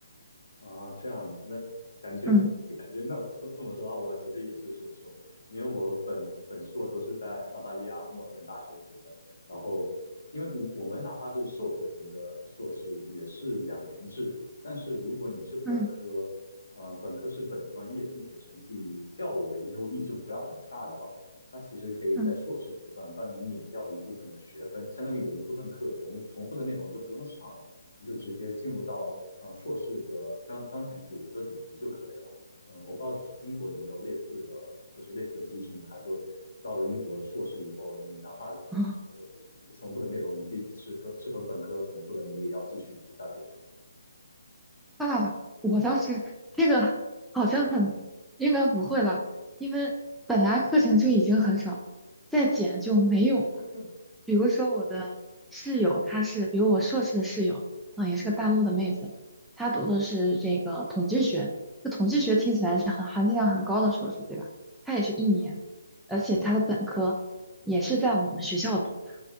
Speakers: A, on the left (about 65°); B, in the centre.
A: 啊，这样嘛，那感觉
B: 嗯
A: <laughs> 感觉那我这这么说的话，我其实也是水硕，因为我本本硕都是在澳大利亚墨尔本大学读的，然后因为我我们哪怕是授课型的硕士也是两年制，但是如果你是本科，
B: 嗯
A: 嗯、本科是本专业，并且成绩较为优异，就不要很差的话，那其实可以在硕士阶段帮你你免掉一一部部分分，
B: 嗯。
A: 分的的学分相当于有一部分课重重复的内容你就不用上了。你就直接进入到呃硕士的当当前主流的主题就可以了。嗯，我不知道是英国有没有类似的，就是类似的机制呢？还是说到了英国硕士以后，你哪怕呃有不重复的内容，
B: <laughs>
A: 你必是和是和本科重复的，你也要继续读下去。
B: 啊，我倒是这个好像很应该不会了，因为本来课程就已经很少了，再减就没有了。
A: <laughs>
B: 比如说我的室友，她是，比如我硕士的室友，啊、也是个大陆的妹子，她读的是这个统计学，这统计学听起来是很含金量很高的硕士，对吧？她也是一年，而且她的本科也是在我们学校读的，
A: 嗯。